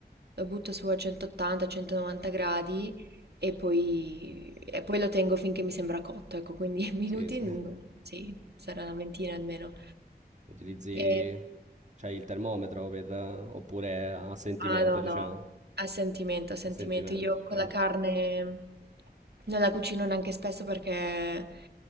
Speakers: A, on the right; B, on the right.
A: lo butto su a 180-190 gradi e poi, e poi lo tengo finché mi sembra cotto, ecco, quindi <laughs> minuti,
B: Sì, sì.
A: no,
B: <laughs>
A: sì, sarà una ventina almeno.
B: Utilizzi,
A: E,
B: cioè, il termometro per, oppure a sentimento,
A: Ah no,
B: diciamo.
A: no, a sentimento, a sentimento.
B: A sentimento,
A: Io
B: ok.
A: con la carne non la cucino neanche spesso perché